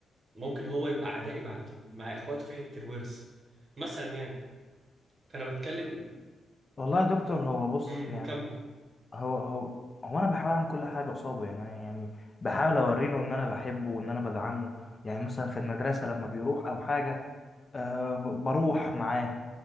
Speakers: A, on the right; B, on the left.
A: ممكن هو يبقى عدائي مع مع اخواته في حته الورث مثلا يعني فانا بتكلم
B: والله يا دكتور هو بص
A: امم
B: يعني
A: كمل
B: هو هو هو انا بحاول اعمل كل حاجه قصاده يعني أنا يعني بحاول اوري له ان انا بحبه وان انا بدعمه يعني مثلا في المدرسه لما بيروح او حاجه أه ب- بروح معاه